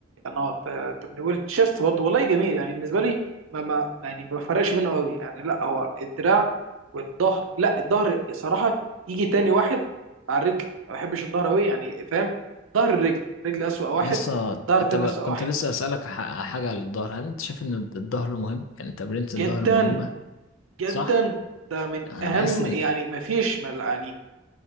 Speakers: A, on the right; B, on the left.
A: انا ت- تمرين والتشيست برضه والله جميل يعني بالنسبه لي ما ما يعني ما بفرقش منه قوي يعني لا هو الدراع والظهر لا الظهر صراحه يجي تاني واحد مع الرجل ما بحبش الظهر قوي يعني فاهم ظهر الرجل الرجل اسوأ واحد
B: يسا
A: ظهر
B: انت
A: تاني
B: بقى-
A: اسوأ
B: كنت
A: واحد
B: لسه أسألك ح- حاجة على الظهر هل انت شايف ان الظهر مهم يعني تمرينة الظهر
A: جدا
B: مهمة
A: جدا
B: صح
A: ده من
B: انا
A: اهم
B: بحس ان
A: يعني ما فيش ما يعني